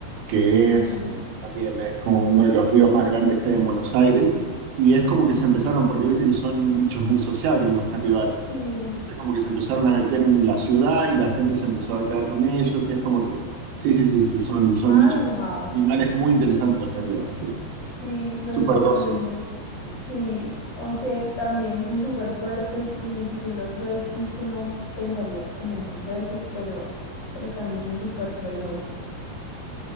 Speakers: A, on the right (about 85°); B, on the left (about 45°).
A: que
B: Ujú.
A: es también es como uno de los ríos más grandes que hay en Buenos Aires. Y es como que se empezaron, porque viste que son bichos muy sociables los capibaras.
B: Sí,
A: como que se empezaron a meter en la ciudad y la gente se empezó a quedar con ellos y es como que, sí, sí, sí, sí, son, son bichos,
B: Ay, wow.
A: animales muy interesantes los carnívoros, sí,
B: Sí, son
A: súper
B: súper
A: dóciles.
B: lindos. Sí, aunque también son súper fuertes y tú los ves y tú no pensarías como mucho de ellos, pero, pero también son súper veloces.